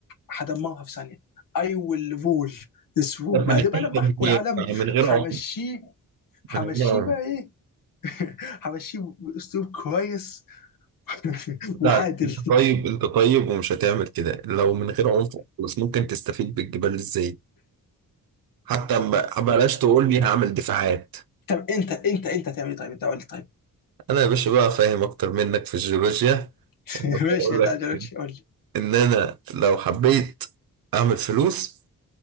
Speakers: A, on the left; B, on the right.
A: هدمرها في ثانيه اي ويل رول ذس رول
B: طب من
A: وبعدين
B: غير
A: بقى لما
B: تدبير
A: احكوا العالم
B: من غير
A: همشيه
B: عنف من
A: همشيه
B: غير عنف
A: بقى ايه <laughs> <applause> همشيه باسلوب كويس <laughs> <applause> وعادل
B: لا انت طيب انت طيب ومش هتعمل كده لو من غير عنف بس ممكن تستفيد بالجبال ازاي حتى ما بلاش تقول لي هعمل دفاعات
A: <applause> طب انت انت انت هتعمل ايه طيب انت قول لي طيب
B: انا يا باشا بقى فاهم اكتر منك في الجيولوجيا <laughs>
A: <laughs>
B: وهقول
A: ماشي يا تعالى
B: لك
A: قول لي
B: ان انا لو حبيت اعمل فلوس